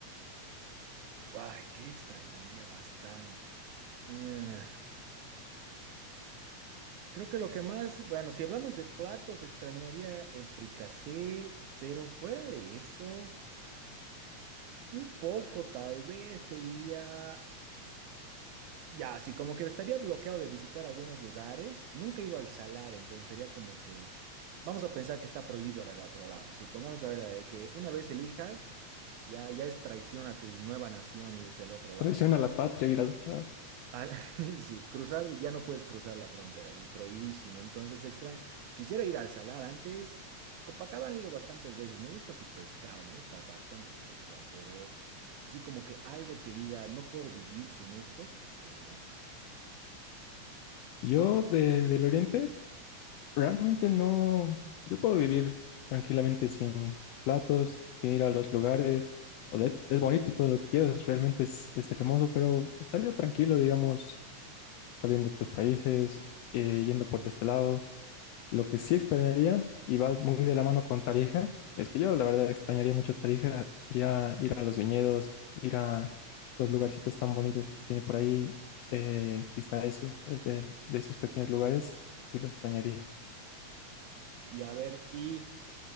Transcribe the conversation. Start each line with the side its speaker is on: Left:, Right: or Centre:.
Right: ¡Ay, qué extrañaría bastante! Eh, creo que lo que más... Bueno, si hablamos de platos, extrañaría el fricasé, pero fuera de eso, un poco tal vez te diría Ya, así como que estaría bloqueado de visitar algunos lugares. Nunca he ido al salar, entonces sería como que. Vamos a pensar que está prohibido ahora el otro lado. Si pongamos ahora la de que una vez elijas, ya, ya es traición a tu nueva nación irse al otro lado.
Left: Traición a la patria, ir al otro lado.
Right: Al- <laughs> sí, cruzar, ya no puedes cruzar la frontera, sí, prohibidísimo. Entonces, extra... quisiera ir al salar antes. Copacabana he ido bastantes veces. Me gusta su pescado, me gusta bastante su pescado, pero así como que algo que diga, no puedo vivir sin esto, creo que no.
Left: Yo de, del Oriente realmente no, yo puedo vivir tranquilamente sin platos, sin ir a los lugares. O sea, es bonito y todo lo que quieras, realmente es, es hermoso, pero estaría tranquilo, digamos, saliendo a otros países, eh, yendo por este lado. Lo que sí extrañaría, y va muy de la mano con Tarija, es que yo la verdad extrañaría mucho Tarija, sería ir a los viñedos, ir a los lugarcitos tan bonitos que tiene por ahí, eh, quizá esos, eh, de, de esos pequeños lugares, sí lo extrañaría.
Right: Y a ver, ¿y